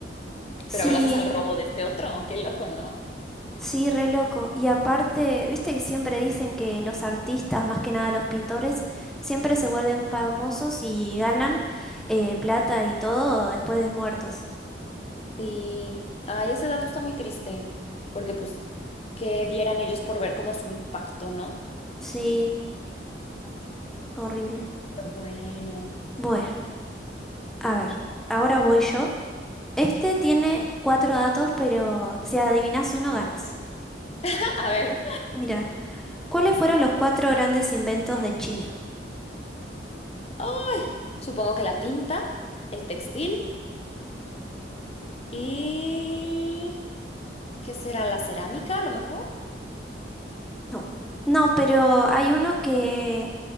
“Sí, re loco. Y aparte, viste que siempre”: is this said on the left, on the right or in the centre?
Centre